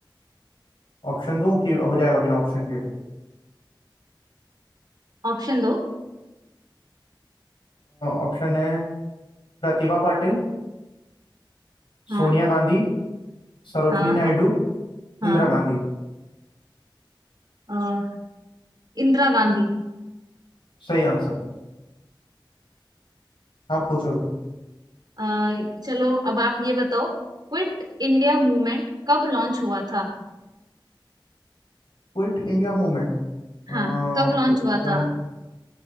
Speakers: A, on the left (about 85°); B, on the right (about 55°).
A: ऑप्शन दो कि हो जाएगा बिना ऑप्शन के
B: ऑप्शन दो
A: ऑप्शन है प्रतिभा पाटिल
B: हाँ
A: सोनिया गांधी सरोजनी
B: हाँ
A: नायडू
B: हाँ
A: इंदिरा गांधी
B: अ, इंदिरा गांधी
A: सही आंसर है आप पूछो
B: अ, चलो अब आप ये बताओ क्विट इंडिया मूवमेंट कब लॉन्च हुआ था
A: Quit India movement
B: हाँ
A: ऑप्शन
B: कब लॉन्च हुआ था